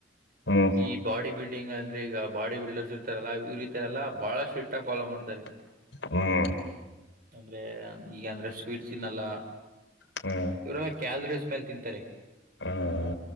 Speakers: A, on the left; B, on the right.
A: <inaudible>
B: ಈ ಬಾಡಿ ಬಿಲ್ಡಿಂಗ್ ಅಂದ್ರೆ ಈಗ ಬಾಡಿ ಬಿಲ್ಡರ್ಸ್ ಇರ್ತಾರಲ್ಲ ಇವ್ರು ಈತರ ಎಲ್ಲ ಬಾಳ ಸ್ತ್ರೀಟ್ಟಗೀ ಫಾಲೋ ಮಾಡ್ತಾರೆ.
A: <inaudible>
B: ಅಂದ್ರೇ ಈಗ ಅಂದ್ರೆ ಸ್ವೀಟ್ಸ್ ತಿನ್ನಲ್ಲ.
A: <inaudible>
B: ಇವ್ರೆಲ್ಲ ಕೇಲರಿಸ್ ಮೇಲೆ ತಿಂತಾರೆ.
A: <inaudible>